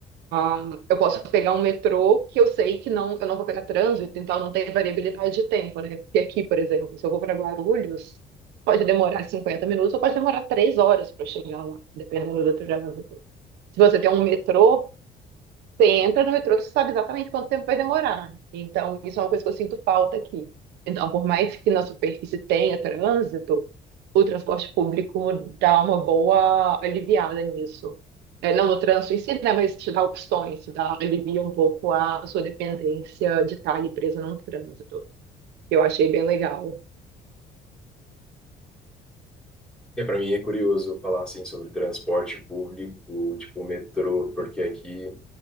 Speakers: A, on the right (about 80°); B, in the centre.
A: ah, eu posso pegar um metrô que eu sei que não, eu não vou pegar trânsito, então não tem variabilidade de tempo, né? Porque aqui, por exemplo, se eu vou para Guarulhos, pode demorar 50 minutos ou pode demorar 3 horas para chegar lá, dependendo do trânsito. Se você tem um metrô, você entra no metrô, você sabe exatamente quanto tempo vai demorar. Então, isso é uma coisa que eu sinto falta aqui. Então, por mais que na superfície tenha trânsito, o transporte público dá uma boa aliviada nisso. É, não no trânsito em si, né, mas te dá opções, te dá, alivia um pouco a sua dependência de estar ali presa num trânsito. Eu achei bem legal.
B: É, para mim é curioso falar, assim, sobre transporte público, tipo metrô, porque aqui